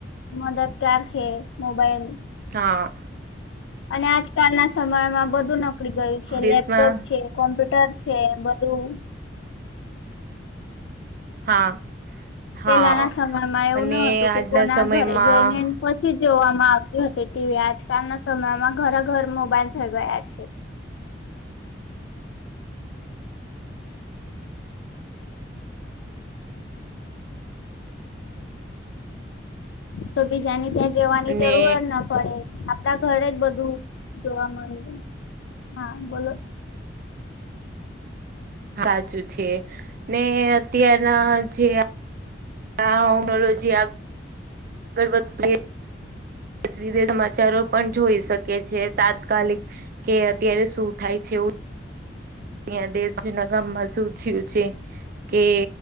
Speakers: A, on the left (about 75°); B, on the right (about 50°).
A: મદદગાર છે મોબાઈલ
B: હા
A: અને આજકાલના સમયમાં બધું નોકરી ગયું છે
B: દેશમાં
A: લેપટોપ છે. કોમ્પ્યુટર છે બધું.
B: હા હા
A: પેલાના સમયમાં એવું
B: અને
A: ન હતું
B: આજના
A: કે કોના
B: સમયમાં
A: ઘરે જઈને પછી જોવામાં આવતી હતી ટીવી આજકાલના સમયમાં ઘરા ઘર મોબાઈલ થઈ ગયા છે. તો બીજાની ત્યાં જવાની
B: અને
A: જરૂર જ ના પડે ઘરે જ બધું જોવા મળ્યું હા બોલો
B: સાચું છે ને અત્યારના જે આ ઓનોલોજી આગળ આગળ વધતીએ દેશ વિદેશ સમાચારો પણ જોઈ શકે છે તાત્કાલિક કે અત્યારે શું થાય છે એવું. અહં દેશ જના ગામમાં સુ થયું છે. કે